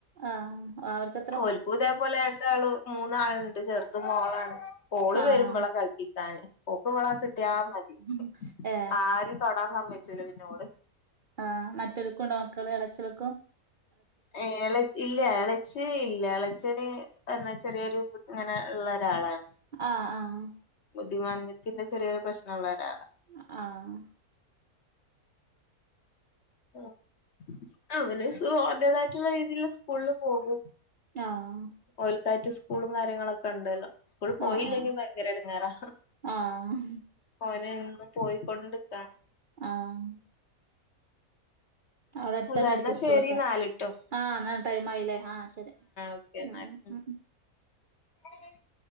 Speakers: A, on the right; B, on the left.
A: ആഹ് അവർക്ക
B: ഓൽക്കു തേപോലെ രണ്ടാളു മൂന്നാൾണ്ട് ചേർത് മോളാണ് ഓള്
A: ആഹ്
B: വരും വളെ കളിപ്പിക്കാന് ഓക്ക് വളെ കിട്ടിയാ മതി
A: ഉം ഏ
B: ആരിം തൊടാൻ സമ്മയ്ച്ചില പിന്നോൾ
A: ആഹ് മറ്റൊൽക്കും ണ്ടോ മക്കൾ എളച്ച്യൾക്കും
B: ഏ ഇല്ല ഏളച്ചി ഇല്ല എളച്ചന് എന്നാ ചെറിയൊരു ഇങ്ങനെ ള്ള ഒരാളാണ്
A: ആഹ് ആഹ്
B: ബുദ്ധിമാന്ദ്യതിന്റെ ചെറിയൊരു പ്രശ്ന ള്ള ഒരാളാണ്
A: ഹ ആഹ്
B: ആഹ് അവന് സു ഓൻ്റെതായിട്ടുള്ള രീതിയിലുള്ള സ്കൂള് പോകും
A: ആഹ്
B: ഓൽക്കായിറ്റ് സ്കൂളും കാര്യങ്ങളൊക്കെ ണ്ടല്ലോ സ്കൂൾ പോയില്ലെങ്കി
A: ആഹ്
B: ഭയങ്കര എടങ്ങേറാ
A: ആഹ് ആഹ്
B: ഓനെ എ ന്നും പോയിക്കൊണ്ടിക്കണം
A: ആഹ് അവിടെ അട്ത്തെന്നെ
B: അല്ല
A: അയിരിക്കും
B: എന്നാ
A: സ്കൂളൊക്കെ
B: ശരി ന്നാല്ട്ടോ
A: ആഹ് എന്നാ ടൈം ആയില്ലേ ആഹ് ശരി
B: ഓക്കെ
A: ഉ
B: ന്നാല്
A: ഉ
B: ഉം